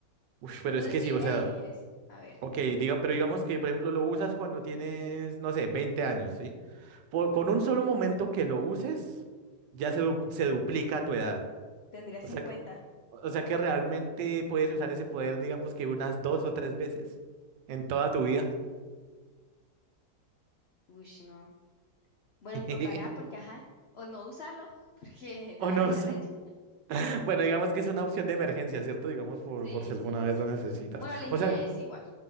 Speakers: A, on the right (about 80°); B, on the left (about 70°).
A: Uy, pero
B: Entonces
A: es que
B: sí,
A: sí, o
B: elegiría
A: sea,
B: eso. A ver,
A: ok, diga, pero digamos que, por ejemplo, lo usas cuando tienes, no sé, 20 años, ¿sí? Por- con un solo momento que lo uses, ya se, du- se duplica tu edad.
B: tendría 50.
A: O sea, que- O sea que realmente puedes usar ese poder, digamos que unas dos o tres veces en toda tu vida.
B: Uy, no. Bueno,
A: <laughs>
B: tocará porque, ajá, o no usarlo, <laughs> porque está
A: O
B: la
A: no
B: vaina
A: usa-
B: recha.
A: <laughs> Bueno, digamos que es una opción de emergencia, ¿cierto? Digamos por,
B: Sí,
A: por si alguna
B: sí,
A: vez
B: sí.
A: lo necesitas.
B: Bueno, elegiría
A: O sea,
B: ese igual.